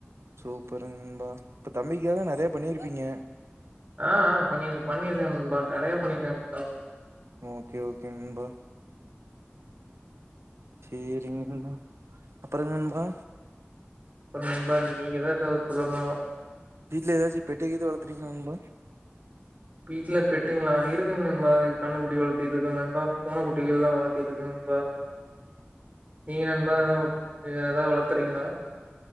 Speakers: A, on the right; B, on the right.
A: சூப்பரு நண்பா இப்ப தம்பிக்காக நெறைய பண்ணி இருப்பீங்க
B: ஆ ஆ பண்ணி இருக்கு பண்ணி இருக்கே நண்பா நெறைய பண்ணி இருக்கே நண்பா
A: ஓகே ஓகே நண்பா சேரி நண்பா அப்புற என்ன நண்பா
B: அப்பற நண்பா நீங்க தா ஏதாது சொல்லணு
A: வீட்ல ஏதாச்சு பெட்டு கீது வளத்துருக்கீங்களா நண்பா
B: வீட்டு்ல பெட்டுங்களா இருக்குங்க நண்பா கண்ணு குட்டி வளத்திட்டு இருக்கே நண்பா பூன குட்டி எல்லா வளத்திட்டு இருக்கே நண்பா
A: <inaudible>
B: நீங்க நண்பா ஏதாவ் ஏதாவது வளர்த்துருக்கீங்களா